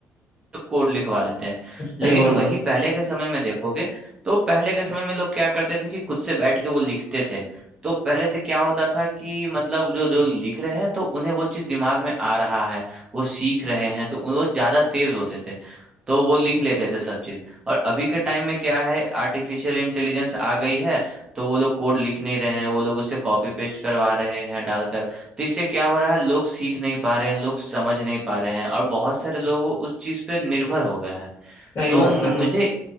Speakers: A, on the right; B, on the left.
A: तो कोड लिखवा लेते हैं
B: सही
A: लेकिन
B: बोल रहे
A: वहीं
B: हो
A: पहले के समय में देखोगे तो पहले के समय में लोग क्या करते थे कि खुद से बैठ के वो लिखते थे तो पहले से क्या होता था कि मतलब जो जो लिख रहे हैं तो उन्हें वो चीज दिमाग में आ रहा है वो सीख रहे हैं तो वो ज्यादा तेज होते थे तो वो लिख लेते थे सब चीज और अभी के टाइम में क्या है आर्टिफिशियल इंटेलिजेंस आ गई है तो वो लोग कोड लिख नहीं रहे हैं वो लोग उससे कॉपी पेस्ट करवा रहे हैं डालकर तो इससे क्या हो रहा है लोग सीख नहीं पा रहे हैं लोग समझ नहीं पा रहे हैं और बहुत सारे लोग उस चीज पे निर्भर हो गए हैं
B: सही
A: तो
B: बात कर रहे
A: मुझे
B: हो